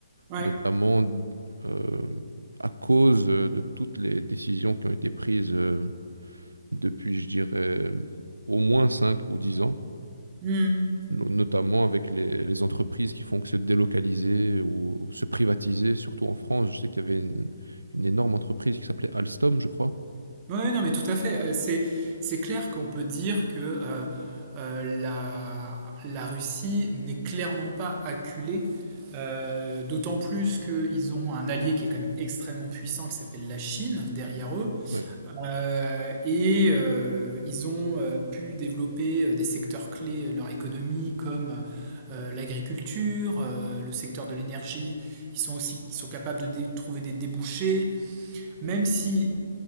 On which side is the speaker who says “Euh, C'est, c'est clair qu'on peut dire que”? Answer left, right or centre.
Right